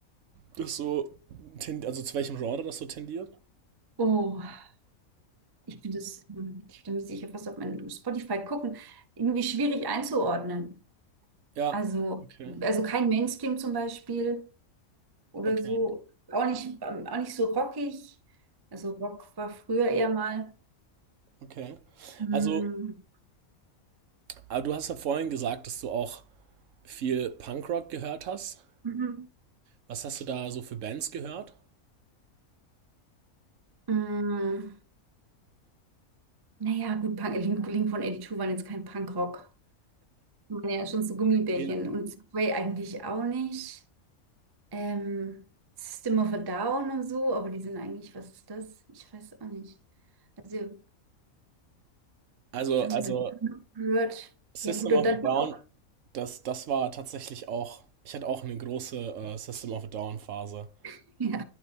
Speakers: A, on the right; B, on the right.
A: das so, ten- also zu welchem Genre das so tendiert?
B: Oh. ich finde das, hm, da müsste ich ja fast auf meinen Spotify gucken, irgendwie schwierig einzuordnen.
A: Ja.
B: Also,
A: Okay.
B: Mhm. also kein Mainstream zum Beispiel oder
A: Okay.
B: so, auch nicht, ähm, auch nicht so rockig. Also Rock war früher eher mal.
A: Okay.
B: Hm,
A: Also, aber du hast ja vorhin gesagt, dass du auch viel Punkrock gehört hast.
B: mhm.
A: Was hast du da so für Bands gehört?
B: Hm, naja, gut, Punk, Link, Link von 82 waren jetzt kein Punkrock. Die waren Ja, schon so Gummibärchen
A: Ja.
B: und Subway eigentlich auch nicht. Ähm, System of a Down und so, aber die sind eigentlich, was ist das? Ich weiß auch nicht. also
A: Also,
B: Was haben
A: also
B: wir denn gehört?
A: System
B: Ja, gut,
A: of
B: und dann
A: a Down,
B: auch.
A: das, das war tatsächlich auch, ich hatte auch eine große äh, System of a Down-Phase.
B: <laughs> Ja,